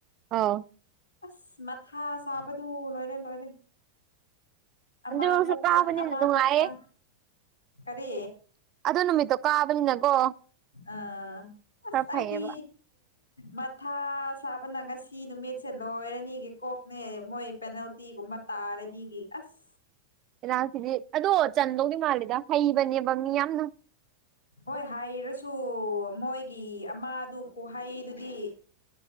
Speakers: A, on the right; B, on the left.
A: ꯑꯥ
B: ꯑꯁ ꯃꯊꯥ ꯁꯥꯕꯗꯨ ꯂꯣꯏꯔꯦ ꯂꯣꯏꯔꯦ ꯑꯃ
A: ꯑꯗꯨꯁꯨ
B: ꯑꯃꯨꯛ
A: ꯀꯥꯕꯅꯤꯅ
B: ꯆꯪ ꯑꯃ
A: ꯅꯨꯡꯉꯥꯏꯌꯦ
B: ꯑꯃꯨꯛ ꯆꯪ ꯀꯔꯤ
A: ꯑꯗꯣ ꯅꯨꯃꯤꯠꯇꯣ ꯀꯥꯕꯅꯤꯅꯀꯣ
B: ꯑꯥ ꯑ꯭ꯁ
A: ꯈꯔ ꯐꯩꯌꯦꯕ
B: ꯑꯩꯗꯤ ꯃꯊꯥ ꯁꯥꯕꯅ ꯉꯁꯤ ꯅꯨꯃꯤꯠꯁꯦ ꯂꯣꯏꯔꯅꯤꯒꯤ ꯀꯣꯛꯅꯦ ꯃꯣꯏ ꯄꯦꯅꯥꯜꯇꯤ ꯒꯨꯝꯃ ꯇꯥꯔꯗꯤꯒꯤ ꯑ꯭ꯁ
A: ꯄꯦꯅꯥꯜꯇꯤꯗꯤ ꯑꯗꯣ ꯆꯟꯗꯧꯅꯤ ꯃꯥꯜꯂꯤꯗ ꯍꯩꯕꯅꯦꯕ ꯃꯤ ꯌꯥꯝꯅ
B: ꯍꯣꯏ ꯍꯥꯏꯔꯁꯨ ꯃꯣꯏꯒꯤ ꯑꯃꯗꯨ ꯈꯨ ꯍꯩꯗꯨꯗꯤ